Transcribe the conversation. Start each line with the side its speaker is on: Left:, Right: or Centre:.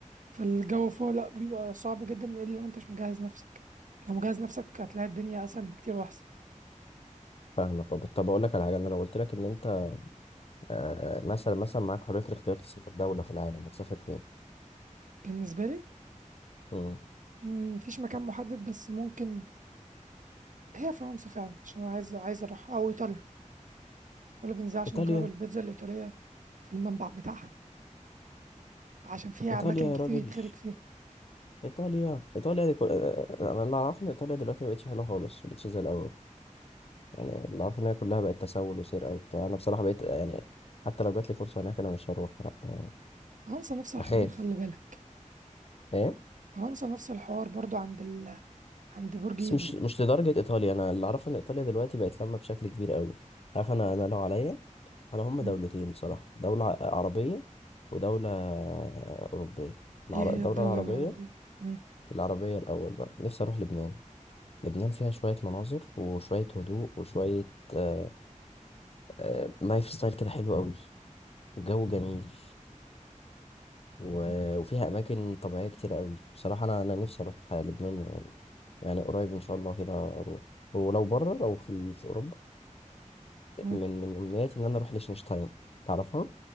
Right: فالجو فوق لأ بيبقى صعب جدا إلا لو أنت مش مجهز نفسك لو مجهز نفسك هتلاقي الدنيا أسهل بكتير وأحسن
Left: فاهمك أه، طب اقول لك على حاجه انا لو قلت لك ان انت آه مثلا مثلا معاك حريه الاختيار تسافر دوله في العالم هتسافر فين؟
Right: بالنسبة لي
Left: امم
Right: مم، مفيش مكان محدد بس ممكن هي فرنسا فعلا عشان أنا عايز عايز أروح أو إيطاليا إيطاليا بنزل عشان
Left: ايطاليا
Right: أجرب البيتزا الإيطالية في المنبع بتاعها عشان فيها
Left: ايطاليا
Right: أماكن كتير
Left: يا راجل
Right: يتخرج فيها
Left: ايطاليا ايطاليا دي كل... آه، آه، آه، انا اللي اعرفه ان ايطاليا دلوقتي ما بقتش حلوه خالص ما بقتش زي الاول يعني اللي عارفه ان هي كلها بقت تسول وسرقه وبتاع انا بصراحه بقيت يعني حتى لو جات لي فرصه هناك انا مش هروح لأ، آه،
Right: فرنسا نفس الحوار
Left: اخاف
Right: خلي بالك
Left: فاهم
Right: فرنسا نفس الحوار برضو عند ال... عند برج
Left: بس
Right: ايفل
Left: مش مش لدرجه ايطاليا انا اللي اعرفه ان ايطاليا دلوقتي بقت لما بشكل كبير قوي عارف انا انا لو عليا انا هم
Right: مم.
Left: دولتين بصراحه دوله ع- عربيه ودوله اوروبيه العر-
Right: ايه هي
Left: الدوله
Right: الدولة
Left: العربيه
Right: الأوروبية مم.
Left: العربيه الاول بقى نفسي اروح لبنان لبنان فيها شويه مناظر وشويه هدوء وشويه آه آه لايف ستايل كده حلو قوي وجو جميل و-
Right: مم.
Left: وفيها اماكن طبيعيه كتير قوي بصراحه انا انا نفسي اروح لبنان يعني قريب ان شاء الله كده اروح ولو بره لو في في اوروبا
Right: مم.
Left: من من امنياتي ان انا اروح لشنشتاين تعرفها